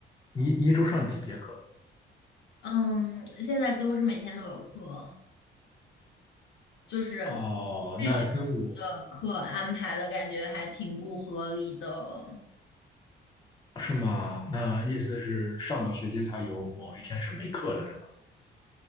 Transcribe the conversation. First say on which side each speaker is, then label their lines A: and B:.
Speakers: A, on the left; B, on the left.
A: 你你一周上几节课？
B: 嗯，现在几乎是每天都有课，就是
A: 哦，
B: 这学期的课安排的感觉还挺不合理的。
A: 那跟我是吗？那意思是上个学期他有某一天是没课的，对吧？